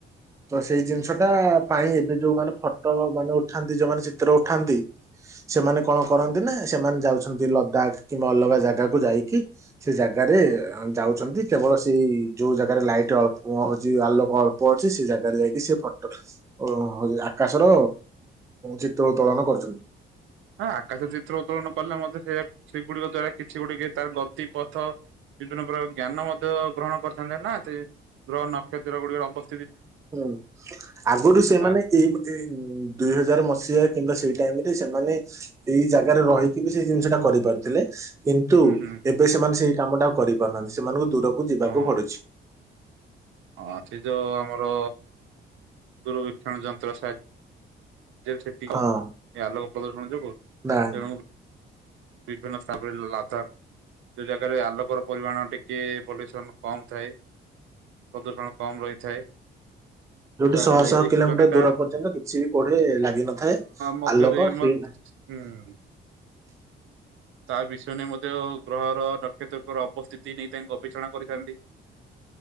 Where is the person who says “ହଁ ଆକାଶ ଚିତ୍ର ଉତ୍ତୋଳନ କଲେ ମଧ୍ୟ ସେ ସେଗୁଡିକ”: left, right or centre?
Right